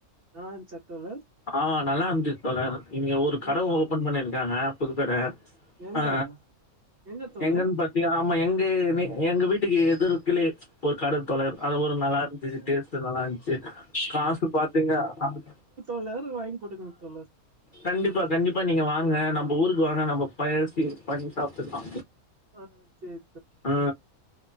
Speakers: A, on the right; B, on the left.
A: நல்லா இருந்துச்சா தோழர்
B: ஆமா நல்லா இருந்துது தோழர் இங்க ஒரு கடை
A: ம்
B: ஓபன் பண்ணிருக்காங்க புதுக்கட
A: எங்க
B: ஆ
A: எங்க தோழர்
B: எங்கன்னு பாத்தியா ஆமா எங்கமே எங்க வீட்டுக்கு எதிர்க்கிலே ஒரு கட தோழர் அது
A: ஓ
B: போரு நல்லா இருந்துச்சு
A: ஓகே.
B: டேஸ்ட்டு நல்லா இருஞ்சி காசு பாத்தீங்க அப்
A: எல்லாரு வாங்கிகுடுக்கனு தோழர்
B: கண்டிப்பா கண்டிப்பா நீங்க வாங்க நம்ப ஊருக்கு வாங்க நம்ம பய்சி பண்ணி சாப்ட்டுக்கலா
A: ஆ சேரி
B: ஆ